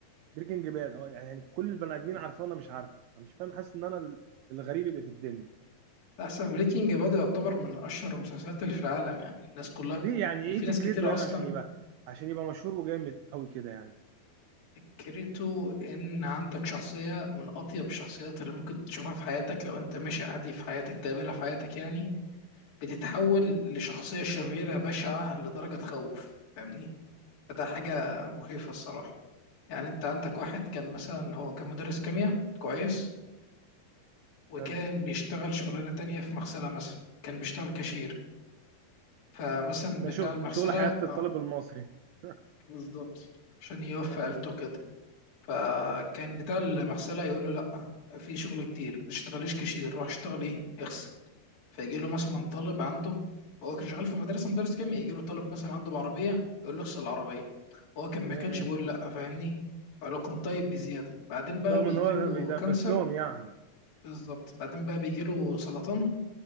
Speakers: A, on the right (about 85°); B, on the left (about 65°).
A: بريكنج باد اه يعني يعني كل البني ادمين عارفاه انا مش عارفه انا مش فاهم حاسس ان انا ال- الغريب اللي في الدنيا
B: لا، احسن بريكنج باد يعتبر من اشهر المسلسلات اللي في العالم يعني الناس كلها
A: ليه يعني ايه
B: ان في
A: فكرته
B: ناس كتير
A: يعني
B: اصلا
A: عشان يبقى عشان يبقى مشهور وجامد قوي كده يعني
B: فكرته ان عندك شخصيه من اطيب الشخصيات اللي ممكن تشوفها في حياتك لو انت ماشي عادي في حياتك تقابلها في حياتك يعني بتتحول لشخصيه شريره بشعه لدرجه تخوف فاهمني فده حاجه
A: مم.
B: مخيفه الصراحه يعني انت عندك واحد كان مثلا هو كان مدرس كيمياء كويس وكان
A: حلو.
B: بيشتغل شغلانه تانية في مغسله مثلا كان بيشتغل كاشير فمثلا
A: ده
B: بتاع
A: شو
B: المغسله
A: شغل حياة
B: آه،
A: الطالب المصري <laughs>
B: بالظبط عشان يوفي
A: مم.
B: عيلته كده فكان بتاع المغسله يقول له لا في شغل كتير ما تشتغليش كاشير روح اشتغل ايه اغسل فيجي له مثلا طالب عنده هو كان شغال في مدرسه مدرس كيمياء يجي له طالب مثلا عنده بعربيه يقول له اغسل العربيه هو كان
A: ياه
B: ما كانش بيقول لا فاهمني فلو كان طيب بزياده بعدين بقى
A: رغم
B: بيجي
A: ان هو
B: له
A: بيدرس
B: كانسر
A: لهم يعني
B: بالظبط بعدين بقى بيجي له سرطان